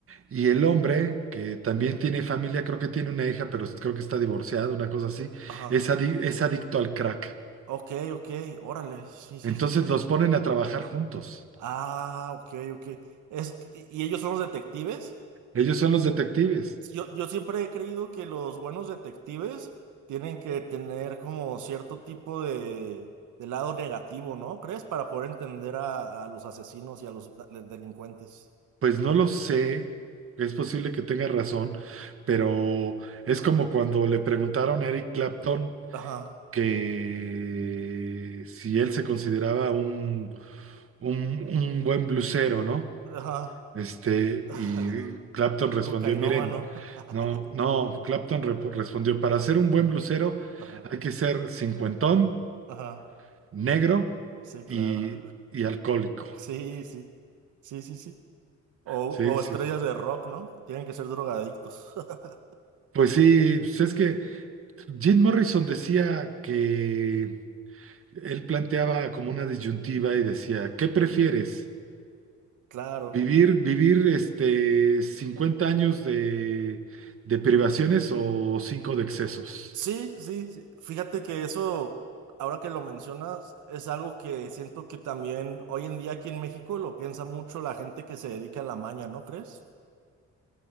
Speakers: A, on the right (about 45°); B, on the right (about 80°).
A: Y el hombre, que también tiene familia, creo que tiene una hija, pero creo que está divorciado, una cosa así,
B: Ajá.
A: es, adi- es adicto al crack.
B: Ok, ok. Órale. Sí, sí,
A: Entonces
B: sí.
A: los ponen a trabajar juntos.
B: Ah, ok, ok. Es, que- ¿y ellos son los detectives?
A: Ellos son los detectives.
B: Yo, yo siempre he creído que los buenos detectives tienen que tener como cierto tipo de, de lado negativo, ¿no? ¿Crees? Para poder entender a, a los asesinos y a los da- delincuentes.
A: Pues no lo sé, es posible que tenga razón, pero es como cuando le preguntaron a Eric Clapton.
B: Ajá,
A: que si él se consideraba un, un, un buen blusero, ¿no?
B: ajá.
A: Este,
B: <laughs>
A: y Clapton respondió,
B: Cocainómano.
A: miren, no,
B: <laughs>
A: no, Clapton rep- respondió, para ser un buen blusero
B: Ajá,
A: hay que ser cincuentón,
B: ajá.
A: negro
B: Sí, claro.
A: y, y alcohólico.
B: Sí, sí. Sí, sí, sí. O,
A: Sí,
B: o
A: sí.
B: estrellas de rock, ¿no? Tienen que ser drogadictos. <laughs>
A: Pues sí, pues es que Jim Morrison decía que él planteaba como una disyuntiva y decía, ¿qué prefieres?
B: Claro.
A: Vivir, vivir este 50 años de, de privaciones o 5 de excesos.
B: Sí, sí, sí. Fíjate que eso, ahora que lo mencionas, es algo que siento que también hoy en día aquí en México lo piensa mucho la gente que se dedica a la maña, ¿no crees?